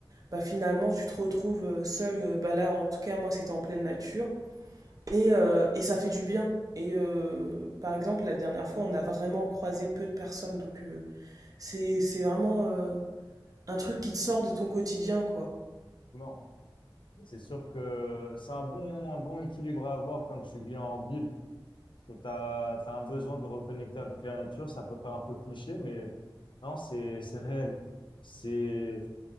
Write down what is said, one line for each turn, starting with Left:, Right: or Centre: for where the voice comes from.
Right: bah, finalement tu te retrouves euh, seul. euh, bah là en tout cas moi c'était en pleine nature et euh, et ça fait du bien. Et euh, par exemple la dernière fois on a vraiment croisé peu de personnes donc. euh, c'est c'est vraiment, heu, un truc qui te sort de ton quotidien, quoi.
Left: Non, c'est sûr que c'est un bon un bon équilibre à avoir quand tu vis en ville. Tu as, un besoin de reconnecter avec la nature, ça peut faire un peu cliché, mais non, c'est, c'est réel. C'est,